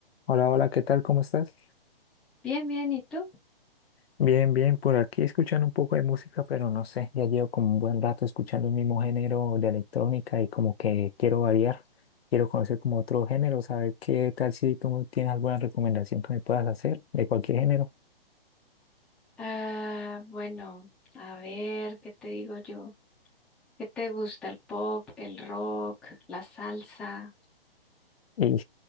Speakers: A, on the left (about 85°); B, in the centre.
A: Hola, hola, ¿qué tal? ¿Cómo estás?
B: Bien, bien, ¿y tú?
A: Bien, bien, por aquí escuchando un poco de música, pero no sé, ya llevo como un buen rato escuchando el mismo género de electrónica y como que quiero variar, quiero conocer como otro género, saber qué tal si tú tienes alguna recomendación que me puedas hacer de cualquier género.
B: Ah, bueno, a ver, ¿qué te digo yo? ¿Qué te gusta? ¿El pop, el rock, la salsa?
A: Y